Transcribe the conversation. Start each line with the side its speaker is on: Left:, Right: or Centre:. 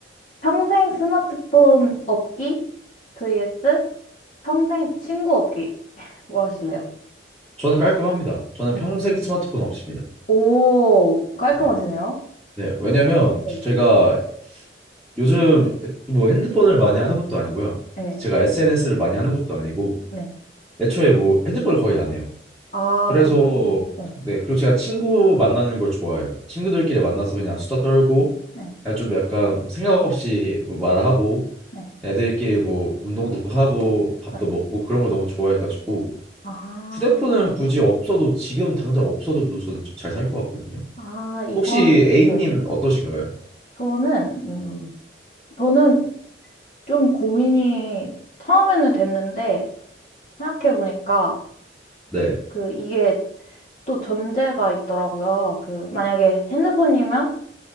Left: 평생 스마트폰 없기 vs 평생 친구 없기. <laughs> 뭐 하실래요?
Centre: 저는 깔끔합니다. 저는
Left: 네.
Centre: 평생 스마트폰 없습니다.
Left: 오, 깔끔하시네요.
Centre: 네. 네, 왜냐면
Left: 네.
Centre: 제가 요즘 뭐 핸드폰을 많이 하는 것도 아니고요.
Left: 네,
Centre: 제가 SNS를 많이 하는 것도 아니고
Left: 네.
Centre: 애초에 뭐 핸드폰을 거의 안 해요.
Left: 아,
Centre: 그래서
Left: 그러죠구나 네,
Centre: 네 그리고 제가 친구 만나는 걸 좋아해요. 친구들끼리 만나서 그냥 수다 떨고
Left: 네,
Centre: 그냥 좀 약간 생각 없이 뭐 말하고
Left: 네,
Centre: 애들끼리 뭐 운동도 하고 밥도
Left: 네.
Centre: 먹고 그런 걸 너무 좋아해가지고
Left: 아,
Centre: 휴대폰은 굳이 없어도 지금 당장 없어져도 저는 좀 잘 살 것 같거든요.
Left: 아, 이건,
Centre: 혹시 A님
Left: 네.
Centre: 어떠신가요?
Left: 저는, 음, 저는 좀 고민이 처음에는 됐는데, 생각해보니까,
Centre: 네.
Left: 그, 이게 또 전제가 있더라고요. 그, 만약에 핸드폰이면